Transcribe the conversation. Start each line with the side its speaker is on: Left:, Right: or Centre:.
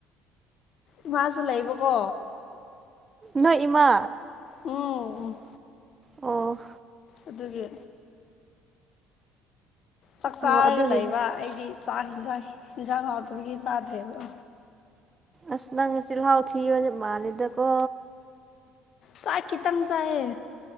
Left: ꯏꯃꯥꯁꯨ ꯂꯩꯕ ꯀꯣ
Right: ꯅꯣꯏ ꯏꯃꯥ
Left: ꯎꯝ
Right: ꯑꯣ
Left: ꯑꯗꯨꯒꯤ ꯆꯥꯛ ꯆꯥꯔꯒ
Right: ꯑꯣ ꯑꯗꯨꯒꯤꯅꯦ
Left: ꯂꯩꯕ ꯑꯩꯗꯤ ꯆꯥꯛ ꯌꯦꯟꯖꯥꯡ ꯍꯟꯖꯥꯡ ꯍꯥꯎꯇꯕꯒꯤ ꯆꯥꯗ꯭ꯔꯦꯕ
Right: ꯑꯁ ꯅꯪꯁꯦ ꯆꯤꯜꯍꯥꯎ ꯊꯤꯕꯗꯤ ꯃꯥꯜꯂꯦꯗꯀꯣ
Left: ꯆꯥꯛ ꯈꯤꯇꯪ ꯆꯥꯏꯌꯦ